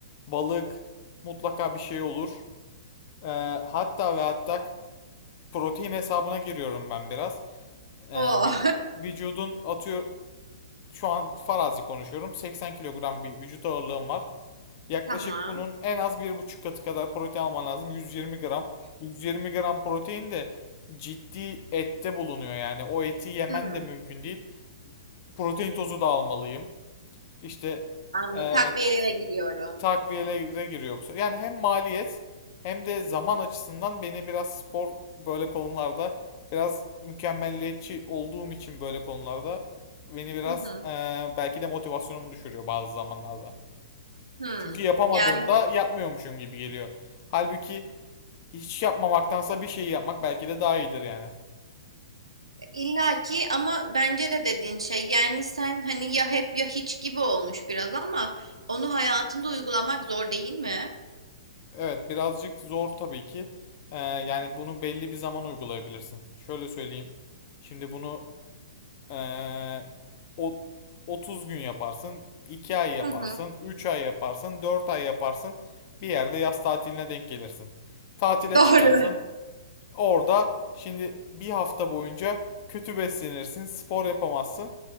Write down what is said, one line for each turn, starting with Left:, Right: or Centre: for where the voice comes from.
Left: balık mutlaka bir şey olur. Ee, hatta ve hatta protein hesabına giriyorum ben biraz. Ee,
Right: O.
Left: vü- vücudun atıyor şu an farazi konuşuyorum. 80 kilogram bir vücut ağırlığım var.
Right: <laughs>
Left: Yaklaşık
Right: Tamam.
Left: bunun en az bir buçuk katı kadar protein alman lazım. 120 gram. 120 gram protein de ciddi ette bulunuyor yani. O eti yemen
Right: Hı.
Left: de mümkün değil. Protein tozu da almalıyım. İşte
Right: Anladım.
Left: eee
Right: Takviyelere giriyorum.
Left: takviyelere giriyor bu sefer. Yani hem maliyet hem de zaman açısından beni biraz spor böyle konularda biraz mükemmelliyetçi olduğum için böyle konularda beni biraz
Right: Hı hı.
Left: eee, belki de motivasyonumu düşürüyor bazı zamanlarda.
Right: Hı.
Left: Çünkü yapamadığımda
Right: Yani
Left: yapmıyormuşum gibi geliyor. Halbuki hiç yapmamaktansa bir şey yapmak belki de daha iyidir yani.
Right: illaki ama bence de dediğin şey yani sen hani ya hep ya hiç gibi olmuş biraz ama onu hayatında uygulamak zor değil mi?
Left: Evet birazcık zor tabii ki. Eee, yani bunu belli bir zaman uygulayabilirsin. Şöyle söyleyeyim. Şimdi bunu Ee, o 30 gün yaparsın, 2 ay yaparsın,
Right: Hı hı.
Left: 3 ay yaparsın, 4 ay yaparsın. Bir yerde yaz tatiline denk gelirsin. Tatile
Right: Doğru.
Left: çıkarsın. Orada şimdi bir hafta boyunca kötü beslenirsin, spor yapamazsın.